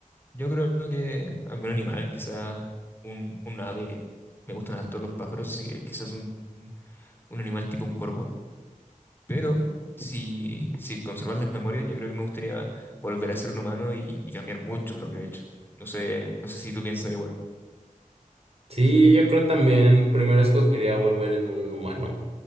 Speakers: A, on the left; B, on the right.
A: Yo creo que algún animal, quizás un, un ave. Me gustan harto los pájaros, así que quizás un, un un animal tipo un cuervo. Pero si, si conservas las memorias, yo creo que me gustaría volver a ser un humano y, y cambiar mucho lo que he hecho. No sé, no sé si tú piensas igual.
B: Sí, yo creo también, primero escogería volver en un humano.